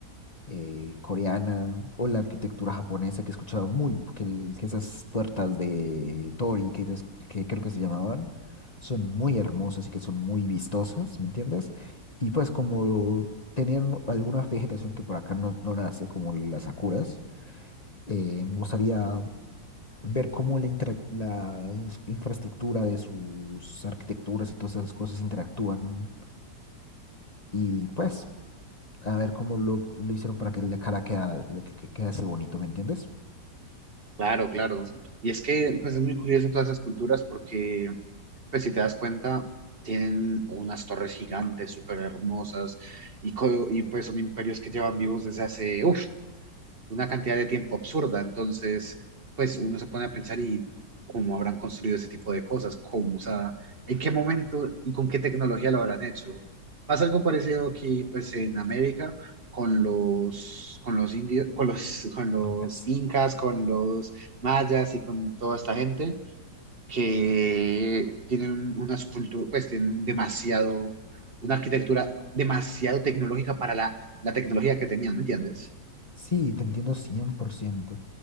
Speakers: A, on the left; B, on the right.
A: eh, coreana o la arquitectura japonesa que he escuchado muy, que, el- que esas puertas de Tori, que, ellas- que creo que se llamaban, son muy hermosas y que son muy vistosas, ¿me entiendes? Y pues como tenían alguna vegetación que por acá no, no nace, como las sakuras, eh, me gustaría ver cómo la, intera- la ins- infraestructura de sus arquitecturas y todas esas cosas interactúan y pues a ver cómo lo, lo hicieron para que la cara quedara, le- que, que quedase bonito, ¿me entiendes?
B: Claro, claro. Y es que, pues, es muy curioso todas esas culturas porque, pues, si te das cuenta, tienen unas torres gigantes, súper hermosas, y, co- y, pues son imperios que llevan vivos desde hace, uff, una cantidad de tiempo absurda. Entonces, pues uno se pone a pensar y cómo habrán construido ese tipo de cosas, cómo, o sea, en qué momento y con qué tecnología lo habrán hecho. Pasa algo parecido aquí, pues, en América con los, con los indios, con los, con los
A: Nunca.
B: incas, con los mayas y con toda esta gente que tienen una escultura, pues tienen demasiado, una arquitectura demasiado tecnológica para la, la tecnología que tenían, ¿me entiendes?
A: Sí, te entiendo cien por ciento